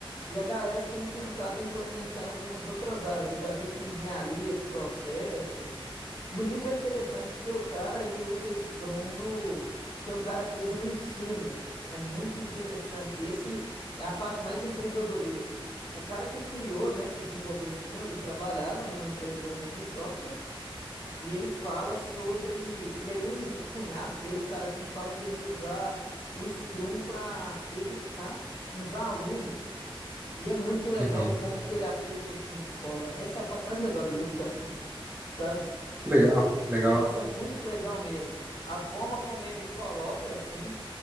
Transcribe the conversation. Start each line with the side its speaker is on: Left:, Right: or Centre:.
Left: e a galera tem tentado implementar em algumas outras áreas. Eu já vi que em engenharia de processos. No livro é interessante porque o cara ele usa Scrum no, tem um cara que usa no ensino. É muito interessante. Esse é a parte mais incrível do livro. O cara que criou, né, que desenvolveu o Scrum, ele trabalhava numa empresa de desenvolvimento de software. E ele fala sobre. E aí, um cunhado dele, um cara assim, fala que ele ia usar o Scrum para educar uns alunos. E é muito legal
Right: Uhum.
Left: como que ele aplica isso na escola. Essa é a parte mais legal do livro para mim, <laughs> sabe?
Right: Legal, legal.
Left: Nossa, muito legal mesmo. A forma como ele coloca assim.